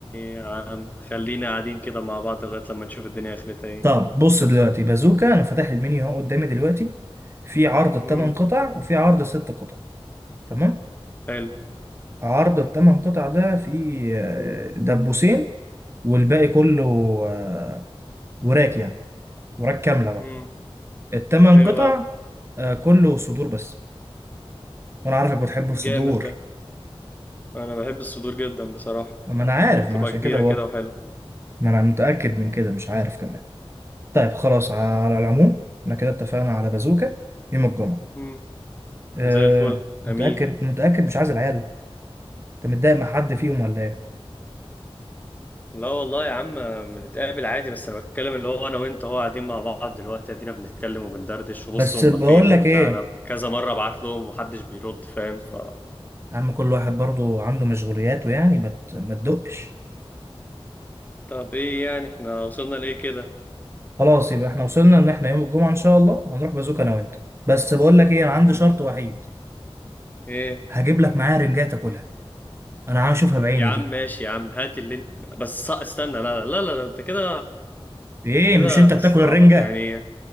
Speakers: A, on the left; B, on the right.
A: يا عم خلينا قاعدين كده مع بعض لغاية لما نشوف الدنيا اخرتها ايه
B: طب بص دلوقتي بازوكا انا فاتح المنيو اهو قدامي دلوقتي في عرض الثمان
A: مم.
B: قطع وفي عرض الست قطع تمام
A: حلو
B: عرض الثمان قطع ده فيه آه، دبوسين والباقي كله آه، وراك يعني وراك كامله بقى
A: مم.
B: الثمان
A: حلو
B: قطع
A: أوي
B: آه، كله صدور بس وانا عارفك بتحب الصدور
A: جامد ده انا بحب الصدور جدا بصراحة
B: ما انا عارف
A: بتبقى
B: ما عشان
A: كبيرة
B: كده بقول
A: كده وحلو
B: ما انا متأكد من كده مش عارف كمان طيب خلاص على العموم احنا كده اتفقنا على بازوكا يوم الجمعة
A: امم
B: أه
A: زي الفل
B: متأكد
A: امين
B: متأكد مش عايز العيال انت متضايق مع حد فيهم ولا ايه
A: لا والله يا عم بنتقابل عادي بس انا بتكلم اللي هو انا وانت هو قاعدين مع بعض دلوقتي ادينا بنتكلم وبندردش وبص
B: بس
A: هم
B: بقول
A: فين
B: لك
A: وانت
B: ايه
A: انا كذا مره بعت لهم ومحدش بيرد فاهم ف
B: يا عم كل واحد برضو عنده مشغولياته يعني ما ت- ما تدقش
A: طب ايه يعني احنا وصلنا لايه كده
B: خلاص يبقى احنا وصلنا ان احنا يوم الجمعة ان شاء الله هنروح بازوكا انا وانت بس بقول لك ايه انا عندي
A: امين
B: شرط وحيد
A: ايه
B: هجيب لك معايا رنجات تاكلها انا عايز اشوفها بعيني
A: يا عم
B: دي
A: ماشي يا عم هات اللي انت بس ص- استنى لا لا لا, لا انت كده
B: ايه
A: كده
B: مش انت
A: بتستعبط
B: بتاكل الرنجة
A: يعني